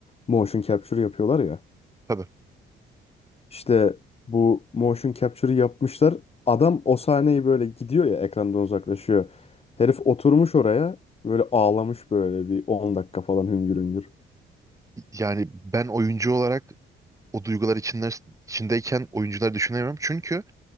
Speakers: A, on the left; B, on the right.
A: Motion capture yapıyorlar ya.
B: Tabii.
A: İşte bu motion capture'ı yapmışlar. Adam o sahneyi böyle gidiyor ya ekrandan uzaklaşıyor. Herif oturmuş oraya böyle ağlamış böyle bir 10 dakika falan hüngür hüngür.
B: Yani ben oyuncu olarak o duygular içinde, içindeyken oyuncuları düşünemiyorum. Çünkü